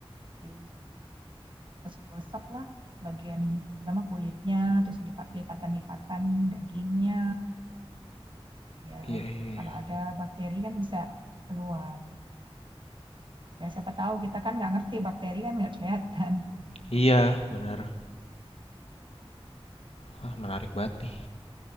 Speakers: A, on the right; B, on the left.
A: di gosok-gosok lah bagian pertama kulitnya terus lipatan-lipatan dagingnya biar
B: Iya iya
A: kalau
B: iya.
A: ada bakteri kan bisa keluar ya siapa tahu kita kan nggak ngerti bakteri kan nggak kelihatan
B: Iya, bener. Wah menarik banget nih.